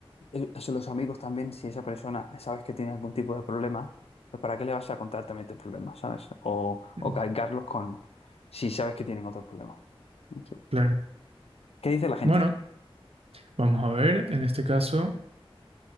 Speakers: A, on the left; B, on the right.
A: el- o sea, los amigos también, si esa persona sabes que tiene algún tipo de problema, pues ¿para qué le vas a contar también tus problemas, ¿sabes? O,
B: Mm,
A: o cargarlos con si sabes que tienen otros problemas. No sé.
B: Claro.
A: ¿Qué dice la gente?
B: Bueno, vamos a ver, en este caso,